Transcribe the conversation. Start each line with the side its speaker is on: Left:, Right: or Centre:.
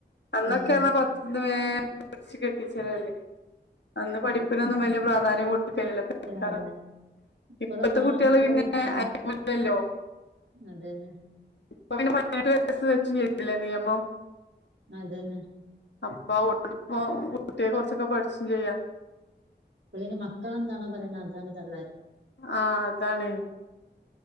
Left: അന്നൊക്കെന്ന
Right: ഏഹ്
Left: പത്തന്ന് വേ പിടിച്ച് കെട്ടിച്ചതാല്ലേ. അന്ന് പഠിപ്പിനൊന്നും വല്യ പ്രാധാന്യം കൊടുക്കൽ ഇല്ലല്ലോ <unintelligible>
Right: അതന്നെ
Left: ഇപ്പത്തെ
Right: ഇപ്പഴും നമ്മളെ
Left: കുട്ടികള്
Right: മക്കള്
Left: പിന്നെ
Right: പഠിക്കുമ്പോ
Left: അയക്കുല്ലല്ലോ.
Right: അതന്നെ.
Left: ഇപ്പം പിന്നെ പതിനെട്ടു വാഴസ്സ് വെച്ച്നി ആല്ലേ നിയമം
Right: അതന്നെ.
Left: അപ്പൊ ആഹ് <unintelligible> കുട്ടിയെ കുറച്ചൊക്കെ പഠിച്ചും ചെയ്യ.
Right: പിള്ളേര് മക്കളെന്താണോ പറയണ അതാണ് തള്ളാര്.
Left: ആഹ് അതാണെ